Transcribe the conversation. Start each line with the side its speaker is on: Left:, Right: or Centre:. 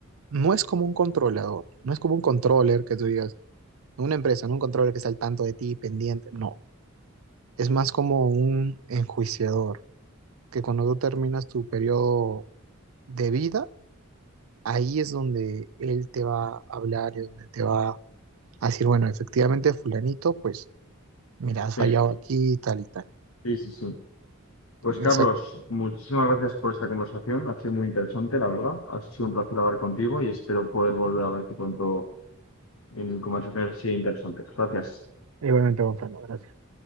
Right: no es como un controlador, no es como un controller que tú digas, una empresa, no un controller que está al tanto de ti, pendiente, no. Es más como un enjuiciador, que cuando tú terminas tu periodo de vida, ahí es donde él te va a hablar y donde te va a decir, bueno, efectivamente, fulanito, pues mira, has
Left: Sí,
Right: fallado aquí y tal y tal.
Left: sí, sí, sí. Pues
Right: Exacto.
Left: Carlos, muchísimas gracias por esta conversación. Ha sido muy interesante, la verdad. Ha sido un placer hablar contigo y espero poder volver a verte pronto en conversaciones así interesantes. Gracias.
Right: Igualmente, Gonzalo, gracias.